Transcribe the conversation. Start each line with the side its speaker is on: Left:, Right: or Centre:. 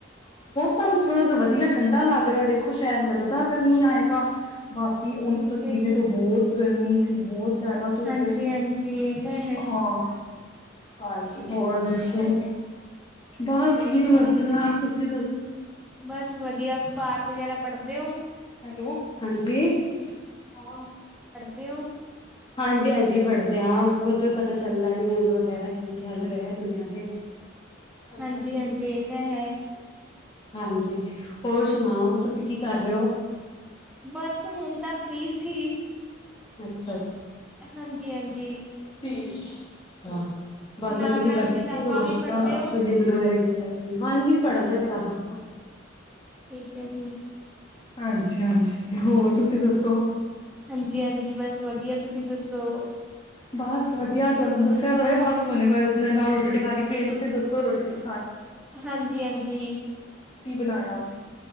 Left: ਸਾਨੂੰ ਥੋੜਾ ਸਾ ਠੰਡਾ ਵਧੀਆ ਲੱਗ ਲੱਗ ਰਿਹਾ ਵੇਖੋ ਸ਼ਾਇਦ ਲੱਗਦਾ ਪਿਆ ਮੀਂਹ ਆਏਗਾ। ਬਾਕੀ
Centre: ਠੀਕ
Left: ਉਸ ਤੇ
Centre: ਹੈ
Left: ਦਿਨ
Centre: ਜੀ
Left: ਤੋਂ ਬਹੁਤ ਗਰਮੀ ਸੀ ਬਹੁਤ। ਜਿਆਦਾ ਧੁੱਪ
Centre: ਹਾਂਜੀ
Left: ਐ।
Centre: ਹਾਂਜੀ ਇਹ ਤਾਂ ਹੈ
Left: ਹਾਂ, ਹਾਂਜੀ ਹੋਰ ਦੱਸੋ। ਬਸ ਜੀ ਵਧੀਆ ਤੁਸੀਂ <inaudible>
Centre: ਬਸ ਵਧੀਆ ਅਖ਼ਬਾਰ ਵਗੈਰਾ ਪੜ੍ਹਦੇ ਹੋ?
Left: ਹੈਲੋ ਹਾਂਜੀ ਹਾਂ।
Centre: ਕਿਉਂ?
Left: ਹਾਂਜੀ ਹਾਂਜੀ ਪੜਦੇ ਹਾਂ। ਵੋ ਤੋਂ ਪਤਾ ਚੱਲਦਾ ਨਿਊਜ਼ ਵਗੈਰਾ ਕੀ ਚੱਲ ਰਿਹਾ ਐ ਦੁਨੀਆਂ ਤੇ। ਅੱਛਾ
Centre: ਹਾਂਜੀ
Left: ਠੀਕ
Centre: ਹਾਂਜੀ
Left: ਹੈ
Centre: ਇਹ ਤਾਂ ਹੈ।
Left: ਹਾਂਜੀ ਹੋਰ ਸੁਣਾਓ, ਤੁਸੀਂ ਕੀ ਕਰ ਰਹੇ ਹੋ?
Centre: ਬਸ ਹੁਣ ਤਾਂ ਫ੍ਰੀ ਸੀ। ਹੀ
Left: ਅੱਛਾ।
Centre: ਹਾਂਜੀ ਹਾਂਜੀ।
Left: ਠੀਕ। ਅੱਛਾ। ਬਸ
Centre: ਨਾਲ-ਨਾਲ
Left: ਅਸੀਂ ਵੀ ਬੈਠੇ
Centre: ਕਿਤਾਬਾਂ
Left: ਸੀ ਨਾਸ਼ਤਾ
Centre: ਵੀ ਪੜ੍ਹਦੇ
Left: ਆਪਾਂ
Centre: ਹੋ?
Left: ਡਿਨਰ ਵਗੈਰਾ ਕੀਤਾ। ਅਸੀ, ਹਾਂਜੀ ਪੜਦੇ ਆਂ ਕਿਤਾਬਾਂ।
Centre: ਠੀਕ ਹੈ ਜੀ।
Left: ਹਾਂਜੀ ਹਾਂਜੀ। ਹੋਰ ਤੁਸੀਂ ਦੱਸੋ।
Centre: ਹਾਂਜੀ ਹਾਂਜੀ ਬਸ ਵਧੀਆ, ਤੁਸੀਂ ਦੱਸੋ?
Left: ਬਸ ਵਧੀਆ ਤੁਸ ਦੱਸਿਆ ਤੇ ਏ ਬਹੁਤ ਸੋਹਣੇ ਬ ਨਾਲ ਰੋਟੀ ਰੋਟੀ ਖਾ ਕੇ ਫਿਰ ਤੁਸੀ ਦੱਸੋ। ਹੋਰ ਰੋਟੀ ਰੁਟੀ
Centre: ਹਾਂਜੀ ਹਾਂਜੀ।
Left: ਕੀ ਬਣਾਇਆ?